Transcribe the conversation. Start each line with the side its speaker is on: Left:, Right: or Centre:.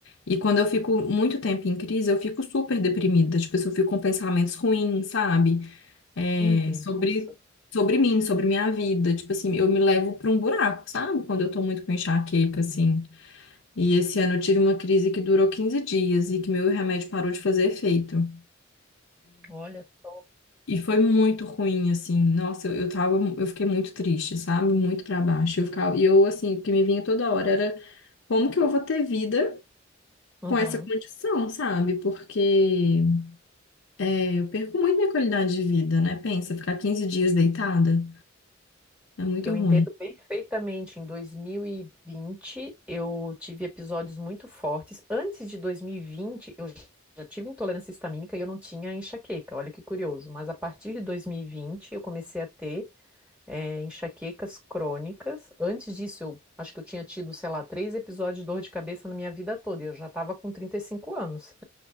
Left: E quando eu fico muito tempo em crise, eu fico super deprimida. Tipo, assim, eu fico com pensamentos ruins, sabe? é,
Centre: Idem,
Left: sobre,
Centre: nossa.
Left: sobre mim, sobre minha vida. Tipo assim, eu me levo para um buraco, sabe? Quando eu tô muito com enxaqueca, assim. E esse ano eu tive uma crise que durou 15 dias e que meu remédio parou de fazer efeito.
Centre: Olha só.
Left: E foi muito ruim, assim. Nossa, eu, eu tava, eu fiquei muito triste, sabe? Muito para baixo. Eu ficava, e eu, assim, o que me vinha toda hora era como que eu vou ter vida
Centre: Uhum.
Left: com essa condição, sabe? Porque é, eu perco muito minha qualidade de vida, né? Pensa, ficar 15 dias deitada é muito
Centre: Eu entendo
Left: ruim.
Centre: perfeitamente. Em 2020, eu tive episódios muito fortes. Antes de 2020, eu já tive intolerância histamínica e eu não tinha enxaqueca. Olha que curioso. Mas a partir de 2020, eu comecei a ter, eh, enxaquecas crônicas. Antes disso, eu acho que eu tinha tido, sei lá, três episódios de dor de cabeça na minha vida toda. E eu já estava com 35 anos.